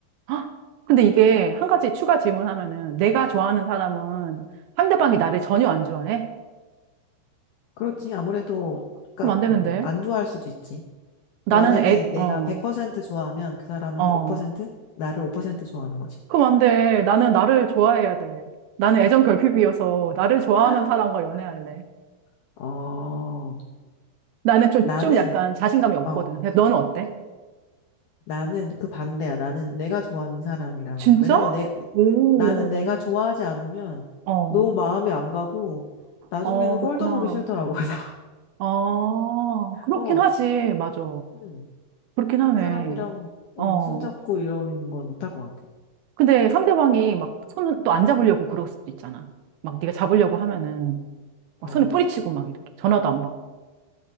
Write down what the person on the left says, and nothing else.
그렇지, 아무래도, 그니까,
어, 안 좋아할 수도 있지.
그러니까 만약에
내가
100% 좋아하면 그 사람은
한 5%? 나를 5% 좋아하는 거지.
<gasps>
<laughs> 어,
나는,
어,
나는 그 반대야. 나는 내가 좋아하는 사람이랑.
왜냐면 내,
나는 내가 좋아하지 않으면
너무 마음이 안 가고 나중에는
꼴도
보기 싫더라고. <laughs> 그래서,
어,
음,
그 사람이랑 어,
뭐 손잡고 이러는 건 못 할 것 같아.
아,